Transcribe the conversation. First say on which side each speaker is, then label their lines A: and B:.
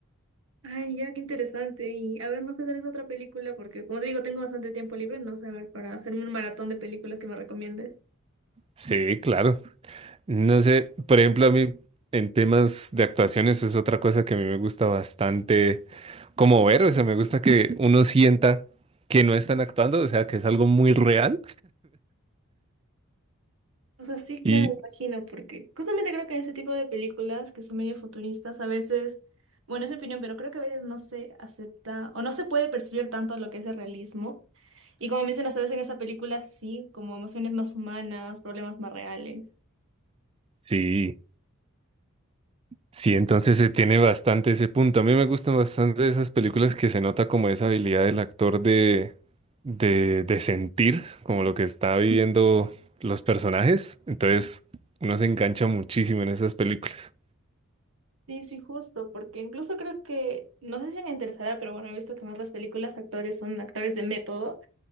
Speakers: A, on the right; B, on the right.
A: Ay, ya, qué interesante. Y a ver, no sé, tal vez otra película, porque como te digo, tengo bastante tiempo libre, no sé, a ver, para hacerme un maratón de películas que me recomiendes.
B: Sí, claro. No sé, por ejemplo, a mí en temas de actuaciones es otra cosa que a mí me gusta bastante como ver, o sea, me gusta que <laughs> uno sienta que no están actuando, o sea, que es algo muy real
A: O sea, sí,
B: y
A: claro, me imagino, porque justamente creo que en ese tipo de películas que son medio futuristas, a veces, bueno, es mi opinión, pero creo que a veces no se acepta o no se puede percibir tanto lo que es el realismo. Y como mencionas, a veces en esa película sí, como emociones más humanas, problemas más reales.
B: sí, sí, entonces se tiene bastante ese punto. A mí me gustan bastante esas películas que se nota como esa habilidad del actor de, de, de sentir como lo que está viviendo los personajes, entonces uno se engancha muchísimo en esas películas.
A: Sí, sí, justo, porque incluso creo que, no sé si me interesará, pero bueno, he visto que en otras películas actores son actores de método.